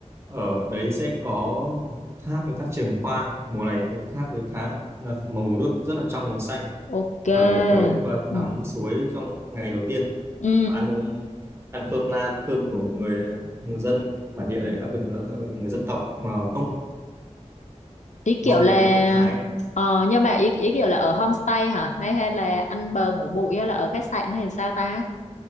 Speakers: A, on the right; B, on the left.
A: ở đấy sẽ có một cái thác là thác Trường Khoa mùa này thì thác thì khá là màu nước rất là trong và xanh
B: ok
A: bà có tới và
B: ừ
A: tắm suối trong ngày đầu tiên
B: ừ
A: và ăn ăn cơm lam cơm của người, người dân bản địa đấy à, quên, người, người dân tộc mà Mông
B: ý kiểu
A: Mông
B: là
A: và dân tộc Thái
B: ờ nhưng mà ý ý kiểu là ở homestay hả hay hay là ăn bờ ngủ bụi hay là ở khách sạn hay sao ta